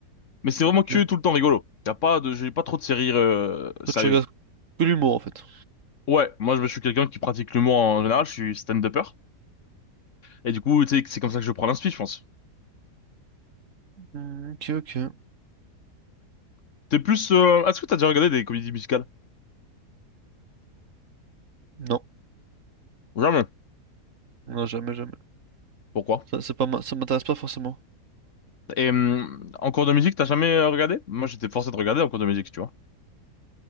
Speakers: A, on the left; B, on the right.
A: Mais c'est
B: Ok.
A: vraiment que tout le temps rigolo. Y a pas de, j'ai pas trop de séries euh,
B: Toi,
A: sérieuses.
B: tu regardes que l'humour, en fait.
A: Ouais, moi je suis quelqu'un qui pratique l'humour en général, je suis stand-upper, et du coup, tu sais, c'est comme ça que je prends l'inspi, je pense.
B: Hmm, Ok, ok.
A: T'es plus, euh, est-ce que t'as déjà regardé des comédies musicales?
B: Non,
A: Jamais.
B: non, jamais, jamais.
A: Pourquoi?
B: Ça, c'est pas, ma- ça m'intéresse pas forcément.
A: Et hum, en cours de musique, t'as jamais euh, regardé? Moi, j'étais forcé de regarder en cours de musique, tu vois.